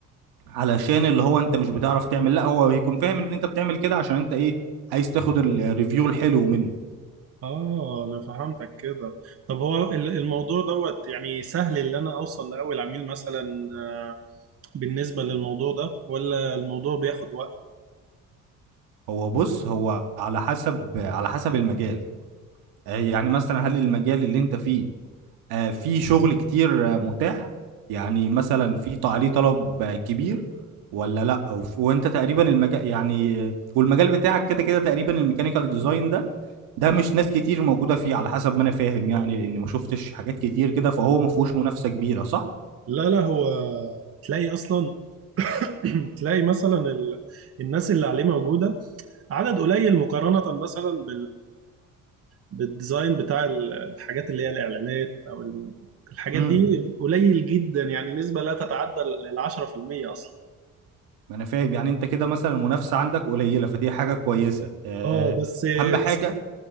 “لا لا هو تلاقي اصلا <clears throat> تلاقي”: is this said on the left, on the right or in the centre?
Right